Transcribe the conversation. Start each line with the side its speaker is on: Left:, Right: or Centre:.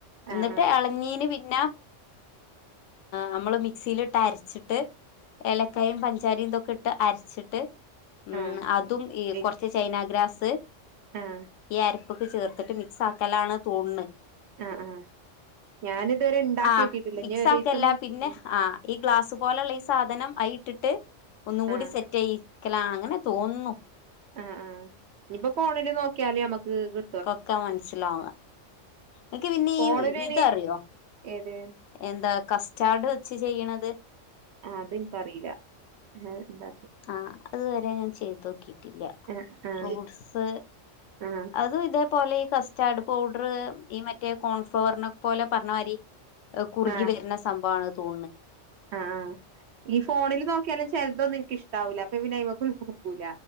Left: ന്നട്ട്
Right: ആഹ് ആഹ്
Left: ഇളഞ്ഞീന് പിന്നെ നമ്മള് മിക്സിയിലിട്ട് അരച്ചിട്ട് ഏലക്കായിം പഞ്ചാ ഞ്ചാര ഇന്തൊക്കെ ഇട്ട് അരച്ചിട്ട് ഉം
Right: ആഹ് ആഹ് ആഹ്
Left: അതും ഈ
Right: എ
Left: കൊറച്ച് ചൈനാഗ്രാസ്
Right: ആഹ്
Left: ഈ അരപ്പ്ക്ക് ചേർ ത്തിട്ട് മിക്സ് ആക്കലാണ് തോണ്
Right: ആഹ് ആഹ് ഞാനിതുവരെ ഇണ്ടാക്കി
Left: ആഹ്
Right: നോക്കിട്ടില്ല
Left: മിക്സ്
Right: ഇനി ഒരീസം
Left: ആക്കല്ല
Right: ഒന്ന്
Left: പിന്നെ
Right: ഉം
Left: ആഹ് ഈ ഗ്ലാസ് പോലെയുള്ള ഈ സാധനം അയില് ഇട്ടിട്ട് ഒന്നും കൂടി
Right: ആഹ്
Left: സെറ്റ് ചെയയിക്കല അങ്ങനെ തോന്നു
Right: ആഹ് ആഹ് ഇഞ്ഞി യിപ്പോ ഫോണില് നോക്കിയാല് നമ്മക്ക് കി
Left: കൊക്ക മനസ്സിലാ ഇങ്ങക്ക് പിന്നെ
Right: ഫോണില്
Left: ഈ
Right: അയിന്
Left: ഇതറിയോ
Right: ഏത്
Left: എന്താ കസ്റ്റാർഡ് വെച്ച് ചെയ്യണത്
Right: അതിൻക്കറിയില്ല എന്താ
Left: ആഹ് അതുവരെ ഞാൻ ചെയ്തോക്കിട്ടില്ല
Right: ആഹ് ആഹ്
Left: ഫ്രൂട്ട്സ്
Right: ആഹ്
Left: അതും ഇതേപോലെ ഈ കസ്റ്റാർഡ് പൗഡറ് ഈ മറ്റേ കോൺഫ്ലവറിനെ പോലെ പറഞ്ഞ മാരി ഏഹ് കുറുകി
Right: ആഹ്
Left: വരുന്ന സംഭവാ ണ് തോന്നന്ന്
Right: ആഹ് ആഹ് ഈ ഫോണിൽ നോക്കിയാലും ചെലതൊന്നും ഇൻക്ക് ഇഷ്ടാവൂല്ല അപ്പൊ പിന്നെ അയ്മ്മക്ക് നോക്കൂല